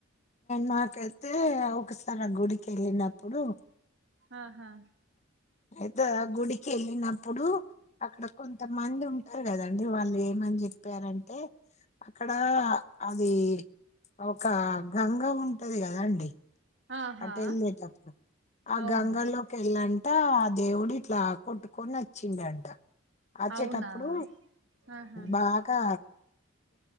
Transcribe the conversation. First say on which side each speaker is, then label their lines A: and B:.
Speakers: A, on the left; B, on the right.
A: నాకైతే ఒకసారి ఆ గుడికి వెళ్ళినప్పుడు
B: ఆహా
A: అయితే ఆ గుడి కెళ్ళినం ఇప్పుడు అక్కడ కొంతమంది ఉంటారు కదండి వాళ్ళు ఏమని చెప్పారంటే అక్కడ అది ఒకా గంగ ఉం అదే కదా అండి
B: ఆహా
A: అటు వెళ్లేేటప్పుడు ఆ
B: అవును
A: గంగలోకి వెళ్ళంటా దేవుడు ఇట్లా కొట్టుకొని వచ్చిండంట అచ్చేటప్పుడు
B: అవునా ఆహా
A: బాగా